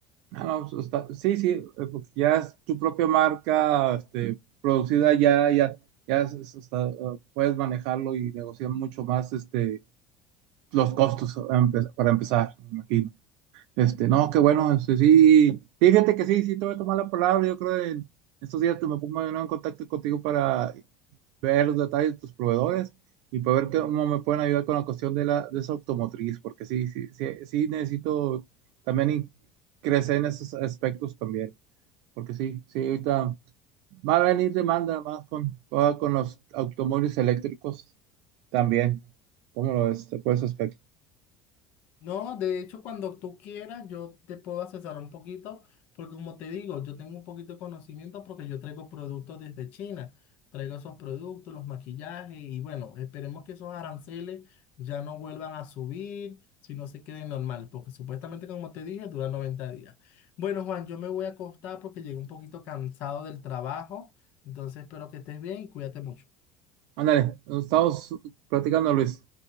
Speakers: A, on the right; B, on the left.
A: Ah, no, pues, está- sí, sí, eh, porque ya es tu propia marca, este, producida ya, ya, ya es- es- está, eh, puedes manejarlo y negociar mucho más, este, los costos a empe- para empezar, me imagino. Este, no, qué bueno, este, sí, fíjate que sí, sí, te voy a tomar la palabra, yo creo que en estos días te me pongo de nuevo en contacto contigo para ver los detalles de tus proveedores y poder ver cómo me pueden ayudar con la cuestión de, la, de esa automotriz, porque sí, sí, sí, sí necesito también in- crecer en esos aspectos también, porque sí, sí, ahorita va a venir demanda más con, ahora con los automóviles eléctricos también, ¿cómo lo ves? Por ese aspecto.
B: No, de hecho, cuando tú quieras, yo te puedo asesorar un poquito, porque como te digo, yo tengo un poquito de conocimiento porque yo traigo productos desde China. Traigo esos productos, los maquillajes y bueno, esperemos que esos aranceles ya no vuelvan a subir, sino se queden normales, porque supuestamente, como te dije, dura 90 días. Bueno, Juan, yo me voy a acostar porque llegué un poquito cansado del trabajo, entonces espero que estés bien y cuídate mucho.
A: Ándale, nos estamos platicando, Luis.